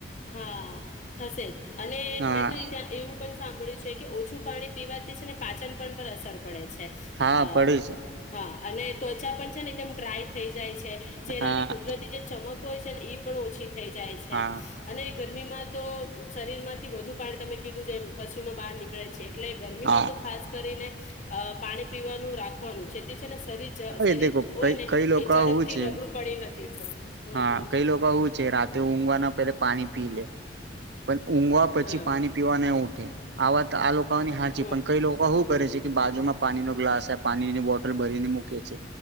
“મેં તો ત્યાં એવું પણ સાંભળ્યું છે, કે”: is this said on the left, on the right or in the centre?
Left